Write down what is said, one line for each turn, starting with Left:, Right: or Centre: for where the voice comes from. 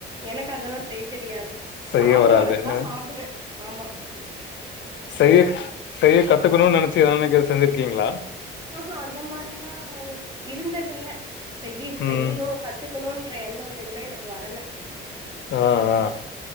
Right: எனக்கு அதல்லா செய் தெரியாது
Left: செய்ய
Right: சாப்டுவே
Left: வராது
Right: நல்லா
Left: அ
Right: சாப்டுவே ஆமா
Left: செய்ய செய்ய கத்துக்கணுன் நெனச்சு எதா அன்னிக்கி செஞ்சிருக்கீங்களா
Right: ஆ ஹா அந்த மாரிலா இருந்ததில்ல செய்யி
Left: ம்.
Right: செய்யணு க த்துக்கணுன்ற எண்ணோ அது இன்னு எனக்கு வரல
Left: ஆ ஆ ஆ